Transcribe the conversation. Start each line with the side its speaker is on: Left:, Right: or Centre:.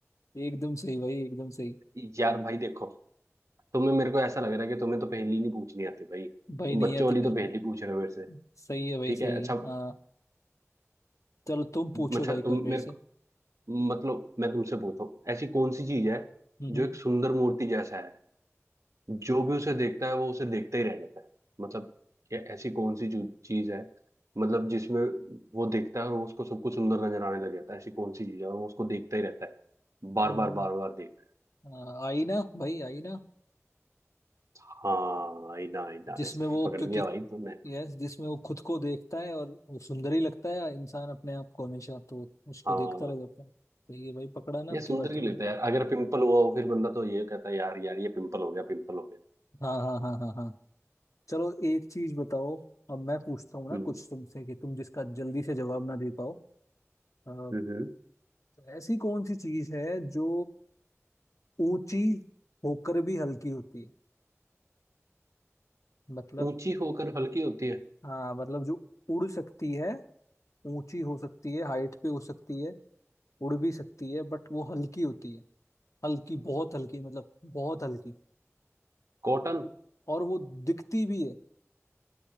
Left: एकदम सही भाई एकदम सही
Right: <laughs> यार भाई देखो तुम्हें मेरे को ऐसा लग रहा है कि तुम्हें तो पहेली नहीं पूछनी आती भाई तुम
Left: भाई नहीं
Right: बच्चों
Left: आती
Right: वाली
Left: मेरे
Right: तो पहेली
Left: को
Right: पूछ रहे हो मेरे से
Left: सही है भाई
Right: ठीक
Left: सही
Right: है अच्छा
Left: है हाँ चलो तुम पूछो
Right: अच्छा
Left: भाई
Right: तुम
Left: कोई मेरे
Right: मेरे
Left: से
Right: को मतलब मैं तुमसे पूछता हूँ ऐसी कौन सी चीज है
Left: हम्म
Right: जो एक सुंदर मूर्ति जैसा है जो भी उसे देखता है वो उसे देखता ही रह जाता है मतलब कि ऐसी कौन सी जो चीज है मतलब जिसमें वो देखता है और वो उसको सब कुछ सुंदर नजर आने लग जाता है ऐसी कौन सी चीज है और वो उसको देखता ही रहता है बार
Left: हम्म,
Right: बार बार बार देखता है
Left: आ, आईना भाई आईना
Right: हाँ आईना आईना
Left: जिसमें
Right: इसमें
Left: वो
Right: पकड़
Left: क्योंकि
Right: लिया भाई तुमने
Left: यस जिसमें वो खुद को देखता है और वो सुंदर ही लगता है इंसान अपने आप को हमेशा तो उसको
Right: हाँ
Left: देखता रह जाता है सही है भाई पकड़ा ना आपकी
Right: ये सुंदर
Left: बार तुमने
Right: क्यों लगता है यार अगर पिंपल हुआ हो फिर बंदा तो ये कहता है यार यार ये पिंपल हो गया पिंपल हो गया
Left: हाँ हाँ हाँ हाँ हाँ चलो एक चीज बताओ अब मैं पूछता हूँ ना
Right: हम्म
Left: कुछ तुमसे कि तुम जिसका जल्दी से जवाब ना दे पाओ अ,
Right: हम्म। हम्म।
Left: ऐसी कौन सी चीज है जो ऊंची होकर भी हल्की होती है मतलब
Right: ऊंची होकर हल्की होती है
Left: हाँ मतलब जो उड़ सकती है ऊंची हो सकती है हाइट पे हो सकती है उड़ भी सकती है बट वो हल्की होती है हल्की बहुत हल्की मतलब बहुत हल्की
Right: कॉटन
Left: और वो दिखती भी है